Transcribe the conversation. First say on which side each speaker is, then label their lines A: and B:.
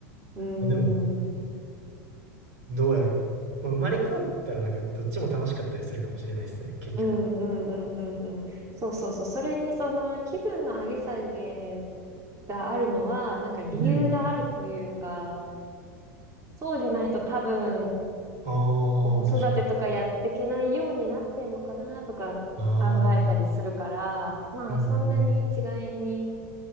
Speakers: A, on the right; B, on the right.
A: うーん。
B: でも、
A: うん
B: どうやろう。まあ、生まれ変わったらなんかどっちも楽しかったりするかもしれないですね、結局。
A: うんうんうんうんうん。そうそうそう。それにその気分の上げ下げがあるのは、なんか理由があるというか、
B: うん。
A: そうじゃないと多分、
B: あ。
A: こう子育てとかやっていけないようになってるのかなとか考えたりするから、
B: あ、確かに。ああ、う
A: まあそんなに一概に、
B: んうん。